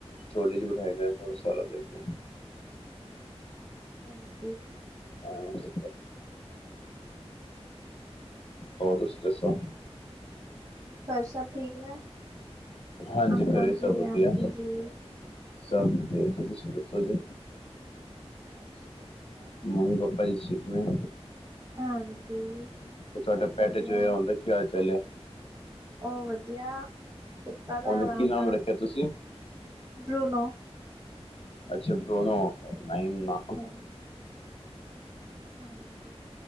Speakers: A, on the left (about 60°); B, on the right (about 30°).
A: ਚੋਲੀ ਜ ਬਿਠਾਈ ਦਾ, ਸਾਰਾ ਦੇ ਕੇ।
B: ਹਾਂਜੀ।
A: ਹਾਂਜੀ, ਹੋਰ ਤੁਸੀਂ ਦੱਸੋ?
B: ਘਰ ਸਭ ਠੀਕ ਨੇ?
A: ਹਾਂਜੀ
B: ਅੰਕਲ
A: ਘਰੇ
B: ਜੀ,
A: ਸਭ ਵਧੀਆ
B: ਆਂਟੀ ਜੀ
A: ਸਭ ਵਧੀਆ ਜੀ, ਤੁਸੀਂ ਦੱਸੋ ਜੀ?
B: ਆਸਟ੍ਰੇਲੀਆ,
A: ਮੰਮੀ ਪਾਪਾ ਜੀ ਸਿੱਖਣੇ
B: ਹਾਂਜੀ,
A: ਤੇ ਤੁਹਾਡੇ
B: ਸਭ
A: ਪੈਟ
B: ਵਧੀਆ।
A: ਜੋ ਹੈ ਉਹਦੇ ਕਿ ਹਾਲ ਚਾਲ ਹੈ?
B: ਉਹ ਵਧੀਆ ਸੁੱਤਾ ਦਾ
A: ਉਹਦਾ
B: ਆਰਾਮ
A: ਕੀ ਨਾਮ
B: ਨਾਲ,
A: ਰੱਖਿਆ ਤੁਸੀਂ
B: ਬਰੂਨੋ।
A: ਅੱਛਾ ਬਰੂਨੋ, ਨ ਨਾ
B: ਹਾਂਜੀ -ਹਾਂਜੀ।